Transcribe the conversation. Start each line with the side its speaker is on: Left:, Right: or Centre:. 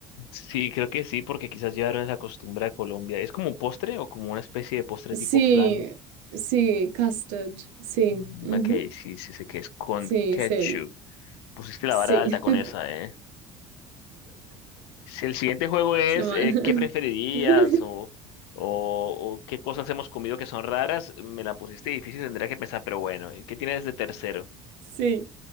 Left: Sí, creo que sí, porque quizás llevaron esa costumbre a Colombia. ¿Es como un postre o como una especie de postre
Right: Sí,
Left: tipo flan?
Right: sí, custard, sí,
Left: Mm,
Right: ujú,
Left: Ok, sí, sí sé que es con
Right: Sí,
Left: ketchup.
Right: sí,
Left: Pusiste la
Right: sí,
Left: vara alta
Right: <laughs>
Left: con esa, ¿eh? Si el siguiente juego es
Right: es lo más.
Left: eh, ¿qué preferirías?
Right: <laughs>
Left: O, o, o ¿qué cosas hemos comido que son raras? Me la pusiste difícil, tendría que pensar, pero bueno, ¿y qué tienes de tercero?
Right: Sí,